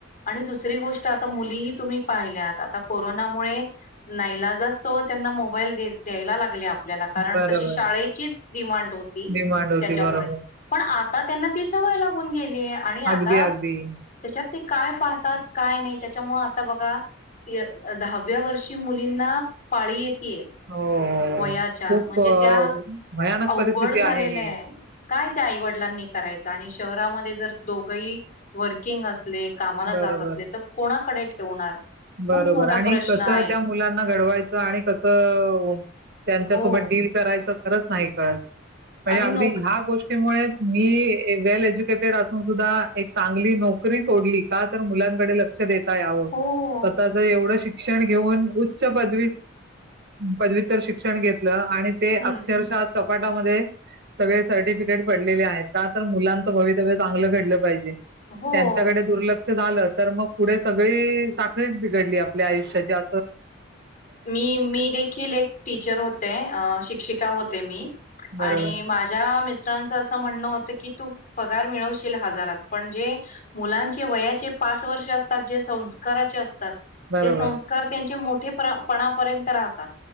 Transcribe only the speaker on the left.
आणि दुसरी गोष्ट आता मुलीही तुम्ही पाहिल्यात आता कोरोनामुळे नाईलाजास्तव त्यांना मोबाईल द्यायला लागले आपल्याला कारण
तशी शाळेचीच डिमांड होती,
त्याच्यामुळे
पण आता त्यांना ती सवय लागून गेली ली, आणि आता
त्याच्यात ते काय पाहतात काय नाही त्याच्यामुळे आता बघा- दहाव्या वर्षी र्षी मुलींना पाळी येतेय
वयाच्या
म्हणजे
त्या
अवघड
झालेलं
आहे काय त्या आईवडिलांनी करायचं आणि शहरामध्ये जर दोघही वर्किंग असले कामाला
जात असले तर कोणाकडे ठेवणार? खूप
मोठा
प्रश्न
आहे.
हो
आणि
नोक
हो.
हम्म.
हो.
मी मी देखील एक टीचर होते अ शिक्षिका होते मी
आणि माझ्या मि अस म्हण होत की तू पगार मिळवशील हजारात जे मुलांचे वयाचे पाच वर्ष असतात जे संस्काराचे अस ते
संस्कार त्यांचे मोठेपणापर्यंत राहतात.